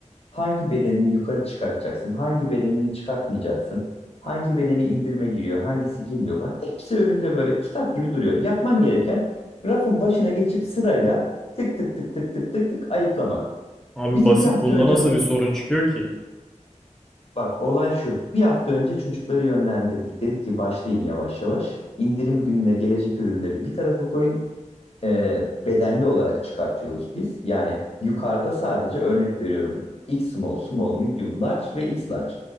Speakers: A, on the left; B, in the centre.
A: Hangi bedenini yukarı çıkartacaksın? Hangi bedenini çıkartmayacaksın? Hangi bedeni indirime giriyor? Hangisi girmiyor falan. Hepsi önünde böyle kitap gibi duruyor. Yapman gereken rafın başına geçip sırayla tık tık tık tık tık tık tık ayıklamak.
B: Abi
A: Biz
B: basit
A: bir hafta
B: bunda
A: önce
B: nasıl bir sorun çıkıyor ki?
A: bak olay şu. Bir hafta önce çocukları yönlendirdik. Dedik ki başlayın yavaş yavaş. İndirim gününe gelecek ürünleri bir tarafa koyun e, bedenli olarak çıkartıyoruz biz. Yani yukarıda sadece örnek veriyorum. X small, small, medium, large ve X large.